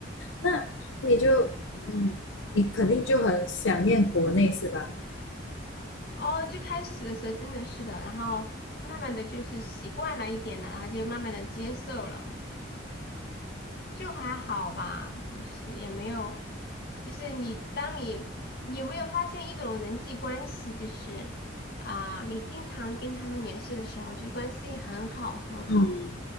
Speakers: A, on the left (about 75°); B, on the left (about 50°).
A: 那你就，嗯，你肯定就很想念国内是吧？
B: 哦，最开始的时候真的是的，然后慢慢的就是习惯了一点了，然后就慢慢的接受了，就还好吧，就是也没有，就是你当你你有没有发现一种人际关系，就是啊、你经常跟他们联系的时候，就是关系很好很好。
A: 嗯